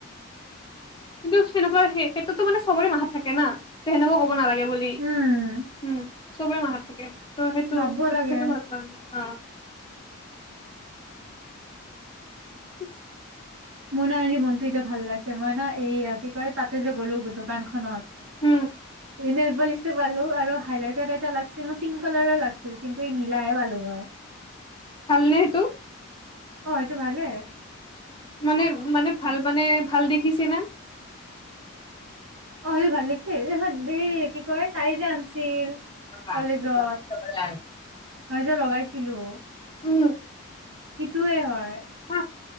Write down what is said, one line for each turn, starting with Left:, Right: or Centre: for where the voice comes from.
Left: কিন্তু সেনেকুৱা সেই ক্ষেত্ৰতো মানে চবৰে মা হত থাকে না সেনেকুৱা ক'ব নালাগে বুলি
Right: উম
Left: উম চবেই মা থাকে তো সেইটো
Right: ভাবব
Left: সেইটো
Right: লাগে
Left: সেইটো ভাল পোৱা নাই অঁ উম
Right: মোৰ ন আজি মনতো এতিয়া ভাল লাগিছে মই ন এইয়া আৰু কি কয় তাতে যে গ'লো দোকানখনত
Left: উম
Right: নবলিচটো পালো আৰু হাইলাইটাৰ এটা লাগছিল পিংক কালাৰো লাগিছিল কিন্তু এই নীলাহে পালোঁ হয়
Left: ভালনে সেইটো
Right: অ এইটো ভালে
Left: মানে মানে ভাল মানে ভাল দিশ দেখিছে না
Right: অ স ভাল লাগিছে দে দে কি কয় তাই যে আনছিল
Left: <unintelligible>
Right: কলেজত মই যে লগাইছিলো অ
Left: উম
Right: সেইটোয়ে হয়
Left: হ